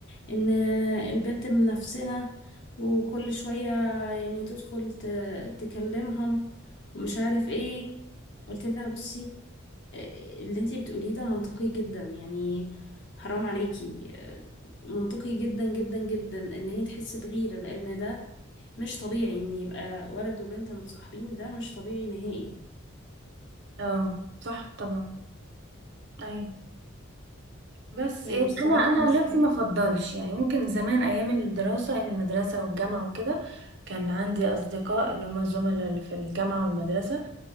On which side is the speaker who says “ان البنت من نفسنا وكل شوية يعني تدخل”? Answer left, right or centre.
Left